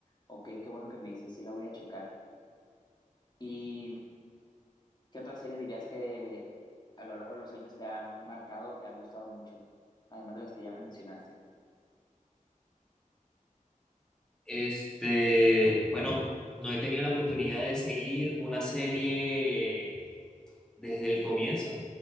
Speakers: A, on the left (about 30°); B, in the centre.
A: Ok, qué bueno que me dices, sí la voy a checar. ¿Y qué otra serie dirías que a lo largo de los años te ha marcado o te ha gustado mucho? Además de las que ya me mencionaste.
B: Este, bueno, no he tenido la oportunidad de seguir una serie desde el comienzo,